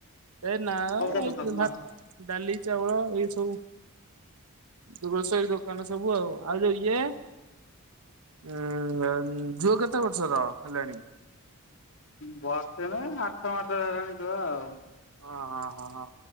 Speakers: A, on the right; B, on the left.
A: ଏଇ ନାଁ
B: ସଉଦା ପତ୍ର
A: ଏଇ ଭାତ।
B: ନା?
A: ଡାଲି ଚାଉଳ ଏଇ ସବୁ ଗ୍ରୋସ ରି ଦୋକାନ। ଦୋକାନ ସବୁ ଆଉ ଆଉ ଯୋଉ ଇଏ ଉଁ ଝିଅ କେତେ ବର୍ଷର ହେଲାଣି?
B: ବର୍ଷେ ନୁହେଁ ଆଠ ମାସ ହେଲାଣି ଛୁଆ ଆଉ।
A: ଓ ହଁ ହଁ ହଁ